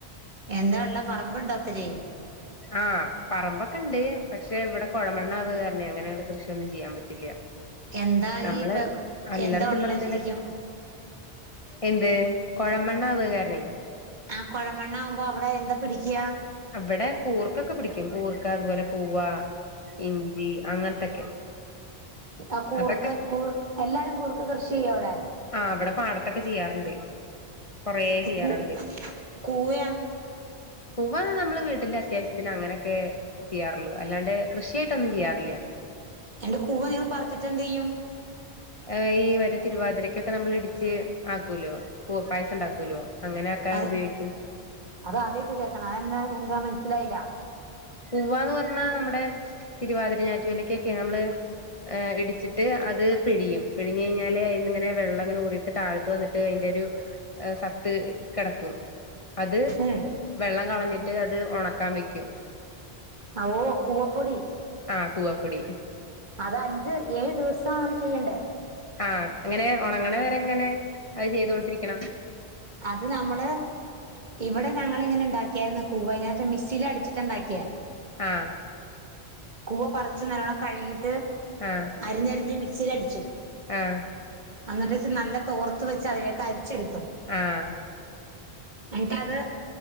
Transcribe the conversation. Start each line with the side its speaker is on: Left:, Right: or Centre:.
Right: എന്താ ഉള്ള പറമ്പുണ്ടോത്തിരി
Left: ആഹ് പറമ്പൊക്കെ ഉണ്ട് പക്ഷെ ഇവിടെ കൊഴമണ്ണാവുക കാരണെ അങ്ങനെ അങ്ങ്ട് കൃഷിയൊന്നും ചെയ്യാൻ പറ്റില്ല
Right: എന്താ
Left: നമ്മള്
Right: ഈ ഇപ്പൊ
Left: അല്ലറ
Right: എന്താ
Left: ചില്ലറ
Right: ഉള്ള
Left: എന്തെലുക്കെ
Right: ശരിക്കും
Left: എന്ത് കൊഴമണ്ണാവ്ക കാരണേ
Right: ആഹ് കൊഴമണ്ണാകുമ്പോ അവിടെ എന്താ പിടിക്കുക
Left: അവിടെ കൂർക്കൊക്കെ പിടിക്കും കൂർക്ക അതുപോലെ കൂവ ഇഞ്ചി അങ്ങനത്തൊക്കെ
Right: ആഹ് കൂർക്ക
Left: അതൊക്കെ
Right: കൂർഎല്ലാരും കൂർക്ക കൃഷി ചെയ്യോ അവിടെ
Left: ആഹ് ഇവിടെ പാടത്തൊക്കെ ചെയ്യാറുണ്ട് കൊറേ
Right: ഈ
Left: ചെയ്യാറുണ്ട്
Right: കൂ കൂവയാ
Left: കൂവ നമ്മള് വീട്ടിന്റെ അത്യാവശ്യത്തിന് അങ്ങനെയൊക്കെ ചെയ്യാറുള്ളൂ അല്ലാണ്ട് കൃഷിയായിട്ടൊന്നും ചെയ്യാറില്ല
Right: എന്നിട്ട് കൂവ നിങ്ങൾ പറിച്ചിട്ട് എന്ത് ചെയ്യും
Left: ആഹ് ഈ വരെ തിരുവാതിരക്കൊക്കെ നമ്മൾ ഇടിച്ച് ആക്കൂലോ കൂവപായസം ഉണ്ടാക്കൂലോ അങ്ങനെൊക്കാൻ
Right: അത്
Left: ഉപയോഗിക്കും.
Right: അത് ആദ്യമായിട്ട് കേൾക്കണം ആഹ് എന്താ മനസ്സിലായില്ല-
Left: പൂവ എന്ന് പറഞ്ഞാൽ നമ്മുടെ തിരുവാതിര ഞറ്റുവിലക്കൊക്കെയ നമ്മള് ഇടിച്ചിട്ട് അത് പിഴിയും പിഴിഞ് കഴിഞ്ഞാല് അതിന്ന ഇങ്ങനെ വെള്ളം അങ്ങനെ ഊറി താഴത്ത് വന്നിട്ട് അതിന്റെ ഒരു സത്ത് കിടക്കും അത്
Right: ഉം
Left: വെള്ളം കളഞ്ഞിട്ട് അത് ഉണക്കാൻ വെക്കും-
Right: ഓഹ് കുവപ്പൊടി-
Left: ആഹ് കൂവപ്പൊടി-
Right: അത് അഞ്ച്, ഏഴ് ദിവസമാണ് ചെയ്യണ്ടേ
Left: ആഹ് അങ്ങനെ ഉണങ്ങണ വരെ അങ്ങനെ അത് ചെയ്തോണ്ടിരിക്കണം.
Right: അത് നമ്മള് ഇവടെ ഞങ്ങളി ഇങ്ങനെ ഉണ്ടാക്ക്യാര്ന്നു കൂവ്വ ങ്ങനെ മിക്സീലടിച്ചിട്ടാ ഇണ്ടാക്ക്യേ-
Left: ആഹ്
Right: കൂവ പറിച്ച് നല്ലോണം കഴ്കീട്ട്-
Left: ആഹ്-
Right: അരിഞ്ഞരിഞ് മിക്സീൽ അടിച്ചു
Left: ആഹ്
Right: അന്നിട്ട് നല്ല തോർത്ത് വെച്ച് അതിലേക്ക് അരിച്ചെടുത്തു
Left: ആഹ്
Right: എന്നട്ടത്